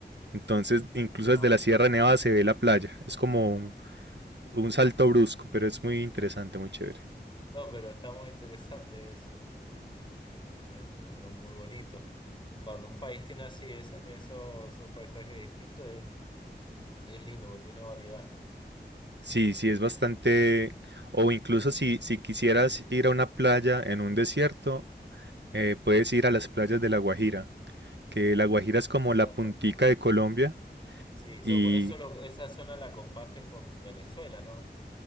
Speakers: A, on the right (about 80°); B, on the left (about 25°).
A: Entonces, incluso
B: Ah,
A: desde la
B: mira.
A: Sierra Nevada se ve la playa. Es como un, un salto brusco, pero es muy interesante, muy chévere.
B: No, pero está muy interesante eso, porque es mu- es muy bonito. Cuando un país tiene así esa- esos, esos paisajes distintos, es, es lindo, porque tiene variedad.
A: Sí, sí, es bastante.
B: De
A: O incluso si, si quisieras ir a una playa en un desierto, eh, puedes ir a las playas de La Guajira, que La Guajira es como la
B: acuerdo.
A: puntica de Colombia
B: Sí,
A: y
B: lo- eso lo- esa zona la comparten con Venezuela, ¿no?